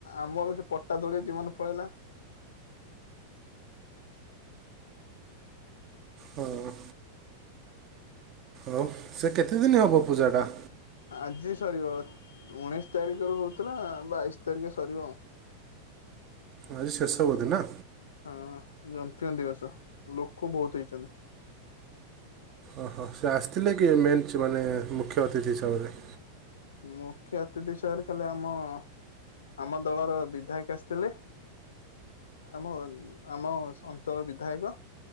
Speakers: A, on the left; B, on the right.
A: ଆମର ସେ ପଟା ଦୋଳି ଜୀବନ ପଳେଇଲା।
B: ହଁ ହଉ ସେ କେତେଦିନ ହବ ପୂଜାଟା?
A: ଆଜି ସରିବ ଉଣେଇଶି ତାରିଖରୁ ହଉଥିଲା ବାଇଶି ତାରିଖ ସରିବ।
B: ଆଜି ଶେଷ ବଧେ ନା।
A: ହଁ <unintelligible> ବସ ଲୋକ ବହୁତ ହେଇଛନ୍ତି।
B: ଓହୋ ସେ ଆସିଥିଲେ କି ମେନ୍ ସେମାନେ ମୁଖ୍ୟ ଅତିଥି ହିସାବରେ।
A: ମୁଖ୍ୟ ଅତିଥି ହିସାବରେ ଖାଲି ଆମ। ଆମ ଦଳର ବିଧାୟକ ଆସିଥିଲେ। ଆମ ଆମ ଅଞ୍ଚଳ ବିଧାୟକ।